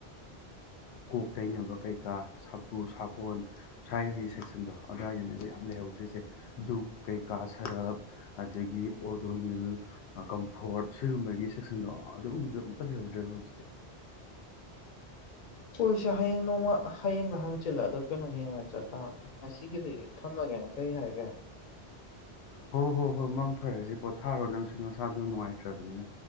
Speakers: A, on the left; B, on the left.
A: ꯀꯣꯛ ꯇꯩꯅꯕ ꯀꯩꯀꯥ ꯁꯥꯄꯨ ꯁꯥꯄꯣꯟ ꯁ꯭ꯋꯥꯏꯒꯤ ꯁꯦꯛꯁꯟꯗꯣ ꯑꯗꯨꯋꯥꯏꯗꯅꯦ ꯑꯩꯕ ꯌꯥꯝ ꯂꯩꯍꯧꯗ꯭ꯔꯤꯁꯦ ꯗꯨꯛ ꯀꯩ ꯀꯥ ꯁꯔꯞ ꯑꯗꯒꯤ ꯗꯣꯅꯤꯜ ꯀꯝꯐꯣꯔꯠ ꯁꯤꯒꯨꯝꯕꯒꯤ ꯁꯦꯛꯁꯟꯗꯣ ꯑꯗꯨꯒꯨꯝꯕꯗꯣ ꯑꯝꯇ ꯂꯩꯍꯧꯗ꯭ꯔꯦꯕ ꯍꯧꯖꯤꯛꯇꯤ
B: ꯍꯣꯏꯁꯦ ꯍꯌꯦꯡ ꯅꯣꯡꯃ ꯍꯌꯦꯡꯒ ꯍꯪꯆꯤꯜꯂ ꯑꯗꯣ ꯀꯩꯅꯣ ꯌꯦꯡꯉ ꯆꯠ ꯇꯥꯕꯅꯦ ꯉꯁꯤꯒꯤꯗꯤ ꯊꯝꯃꯒꯦꯅ ꯀꯔꯤ ꯍꯥꯏꯒꯦ
A: ꯍꯣꯏ ꯍꯣꯏ ꯍꯣꯏ ꯃꯪ ꯐꯔꯁꯤ ꯄꯣꯊꯥꯔꯣ ꯅꯪꯁꯨ ꯅꯁꯥꯗꯨꯣ ꯅꯨꯡꯉꯥꯏꯇ꯭ꯔꯕꯅꯤꯅ